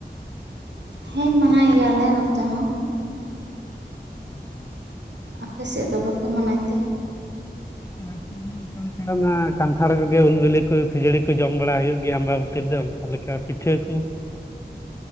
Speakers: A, on the right; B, on the left.
A: ᱦᱮᱸ ᱢᱟᱱᱟᱭ ᱜᱮᱭᱟᱞᱮ ᱱᱚᱛᱮ ᱦᱚᱸ
B: ᱦᱩᱸ
A: ᱟᱯᱮ ᱥᱮᱫ ᱫᱚ ᱵᱟᱯᱮ ᱢᱟᱱᱟᱭ ᱛᱮ
B: ᱟᱪᱪ <unintelligible> ᱪᱚᱱᱟ ᱠᱟᱱᱴᱷᱟᱲ ᱠᱚᱜᱮ ᱩᱞ ᱵᱮᱞᱮ ᱠᱚ ᱠᱷᱟᱹᱡᱟᱹᱲᱤ ᱠᱚ ᱡᱚᱢ ᱵᱟᱲᱟ ᱦᱩᱭᱩᱜ ᱜᱮᱭᱟ ᱟᱢᱵᱟᱵᱛᱤ ᱨᱮᱫᱚ ᱚᱱᱠᱟ ᱞᱮᱠᱟ ᱯᱤᱴᱷᱟᱹ ᱠᱳ